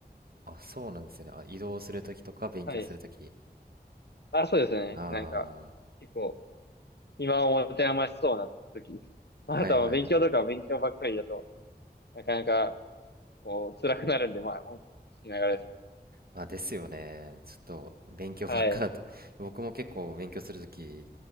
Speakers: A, on the right (about 65°); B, on the left (about 80°).
A: あ、そうなんですね。あ、移動するときとか勉強するとき。
B: はい。あ、そうですね、
A: あ
B: なんか、結構、暇を持て余しそうな時。<laughs> まあなたは勉強とか勉強ばっかりだと、
A: あ、はいはいはい。
B: なかなか、こう、辛くなるんで、まあ、音楽を聴きながらですね。
A: あ、ですよね。ちょっと勉強ばっかだと。
B: はい、
A: <laughs> 僕も結構勉強するとき